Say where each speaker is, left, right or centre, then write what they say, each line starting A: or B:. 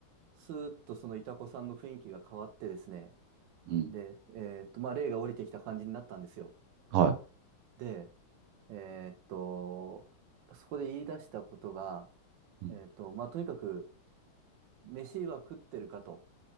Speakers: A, on the right; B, on the right.
A: スーッとそのイタコさんの雰囲気が変わってですね、
B: うん。
A: で、えーっと、まあ、霊が降りてきた感じになったんですよ。
B: はい。
A: で、えーっと、そこで言い出したことが、
B: うん。
A: えーっと、まあ、とにかく、飯は食ってるかと、